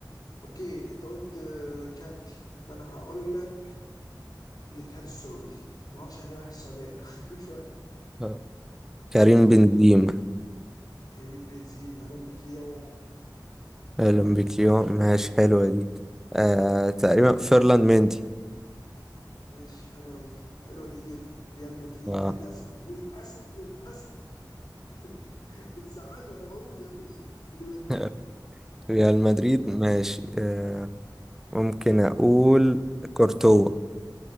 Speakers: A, on the left; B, in the centre.
A: اوكي انت قلت آه، كانتي فانا هقول لك الاتحاد السعودي ما اعرفش ليه واحد السعوديه <laughs> كل شويه
B: آه. كريم بنزيما
A: كريم بنزيما لومب كليو
B: اهلا بك اليوم ماشي حلوة دي آه تقريبا فيرلاند مندي
A: ماشي حلوه دي حلوه دي جدا ريال مدريد
B: اه
A: للاسف للاسف للاسف <laughs> بتزعلني وانا بقول يا مدريد لمندي
B: <laughs> ريال مدريد ماشي آه ممكن اقول كورتوا